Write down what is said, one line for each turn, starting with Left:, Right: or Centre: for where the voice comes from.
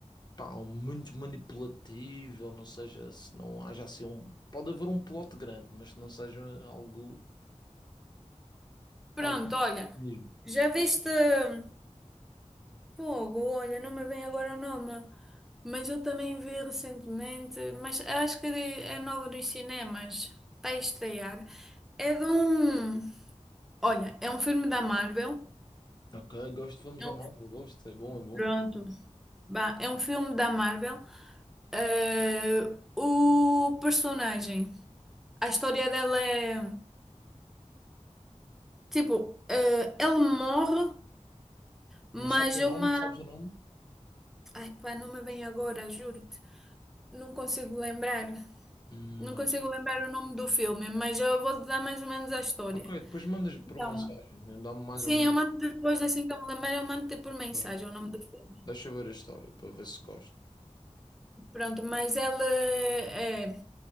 Left: pá, muito manipulativo, ou não seja, se não haja assim um... Pode haver um plot grande, mas que não seja algo... algo
Centre: pronto, olha.
Left: mesmo.
Centre: Já viste. hum, Fogo, olha, não me vem agora o nome. Mas eu também vi recentemente, mas acho que é novo nos cinemas. Está a estrear. É de um. Olha, é um filme da Marvel.
Left: Ok, gosto de filmes
Centre: É
Left: da
Centre: um-
Left: Marvel, gosto, é bom, é bom,
Centre: Pronto.
Left: é bom.
Centre: Bah, é um filme da Marvel. Eh, o personagem, a história dela é tipo, eh, ele morre, mas
Left: Mas sabes o
Centre: é
Left: nome?
Centre: uma.
Left: Sabes o nome?
Centre: Ai, pá, não me vem agora, juro-te. Não consigo lembrar.
Left: Hum,
Centre: Não consigo lembrar o nome do filme, mas eu vou-te dar mais ou menos a história.
Left: ok, depois mandas por
Centre: Então,
Left: mensagem. né? Dá-me mais
Centre: sim,
Left: ou menos.
Centre: eu mando depois, assim que eu me lembrar, eu mando-te por
Left: Ok.
Centre: mensagem o nome do filme.
Left: Deixa eu ver a história para ver se gosto.
Centre: Pronto, mas ela é,